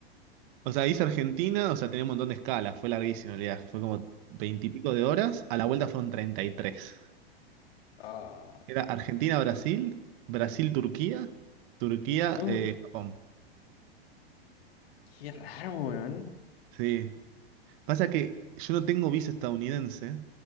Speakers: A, on the right (about 55°); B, on the left (about 70°).
A: O sea, hice Argentina, o sea, tenía un montón de escalas. Fue larguísimo el viaje. Fue como veintipico de horas. A la vuelta fueron 33.
B: Ah,
A: Era Argentina-Brasil, Brasil-Turquía, Turquía-Japón.
B: oh, qué raro, weón.
A: sí. Pasa que yo no tengo visa estadounidense.